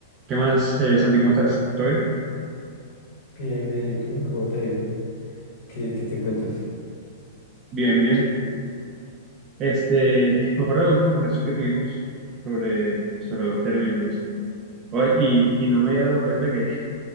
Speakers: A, on the right; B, on the left.
A: ¿Qué más, eh, Santi? ¿Cómo estás? ¿Todo bien?
B: Bien, bien, ¿y tú? ¿Cómo te ha ido? ¿Qué, qué te cuentas?
A: Bien, bien. Este, me acuerdo de la última conversación que tuvimos sobre, sobre los términos y eso. Ay, y, y no me había dado cuenta que,